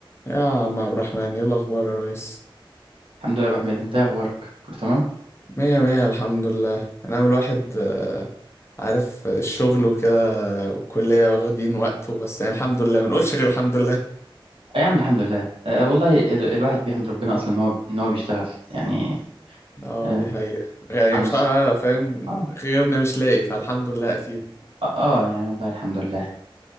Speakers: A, on the left (about 30°); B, on the right (about 80°).
A: يا عم عبد الرحمن ايه الاخبار يا ريس
B: الحمد لله يا ابو حميد انت ايه اخبارك كله تمام
A: مية مية الحمد لله انا عامل واحد آه، عارف الشغل وكده والكلية واخدين وقته بس يعني الحمد لله ما نقولش غير الحمد لله
B: آه يا عم الحمد لله أه والله ال- الواحد بيحمد ربنا اصلا ان هو ان هو بيشتغل يعني
A: اه
B: أه
A: دي حقيقة يعني
B: عنده
A: بصراحة
B: الصحه
A: فاهم
B: اه
A: غيرنا مش لاقي فالحمد لله اكيد
B: اه آه، يعني والله الحمد لله